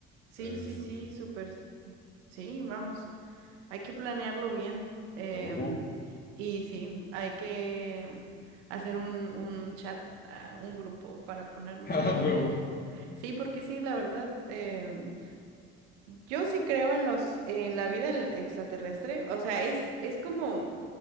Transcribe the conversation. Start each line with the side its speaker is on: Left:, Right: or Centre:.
Right: Sí,
Left: es,
Right: sí, sí,
Left: es-
Right: súper. Sí, vamos, hay que planearlo bien. em,
Left: a huevo,
Right: y sí, hay que hacer un, un chat, ah, un grupo para ponernos
Left: <laughs> a
Right: ahí.
Left: huevo,
Right: eh. Sí, porque sí, la verdad, em, Yo sí creo en los, en la vida el- extraterrestre. O sea, es, es como,